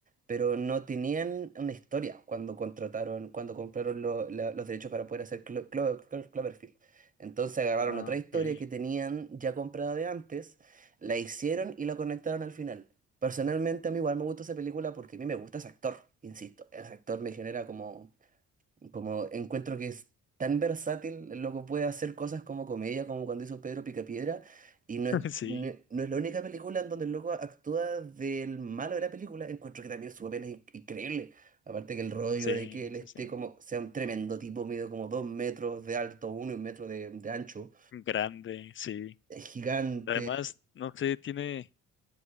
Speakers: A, on the right (about 25°); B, on the left (about 40°).
A: pero no tenían una historia cuando contrataron, cuando compraron lo- la- los derechos para poder hacer Clo- Clo- Clo- Cloverfield. Entonces agarraron
B: Ah,
A: otra historia
B: ok.
A: que tenían ya comprada de antes, la hicieron
B: <laughs>
A: y la conectaron al final. Personalmente a mí igual me gusta esa película porque a mí me gusta ese actor, insisto, ese actor me genera como... Como encuentro que es tan versátil, el loco puede hacer cosas como comedia, como cuando hizo Pedro Picapiedra, y no es,
B: Sí,
A: no, no es la única película en donde el loco actúa del malo de la película. Encuentro que también su papel es in- increíble. Aparte que el rollo
B: sí,
A: de que él
B: sí,
A: esté
B: sí.
A: como, sea un tremendo tipo, medio como dos metros de alto, uno y un metro de, de ancho,
B: Grande, sí.
A: es gigante.
B: Además, no sé, tiene.